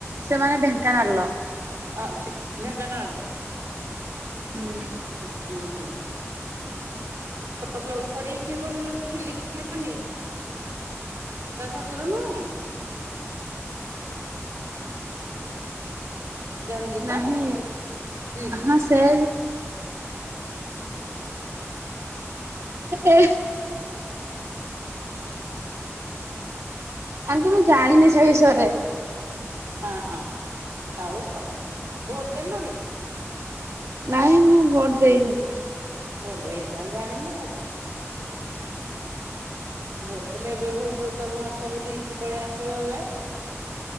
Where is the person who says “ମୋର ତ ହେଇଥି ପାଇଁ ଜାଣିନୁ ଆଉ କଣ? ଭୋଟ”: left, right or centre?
Right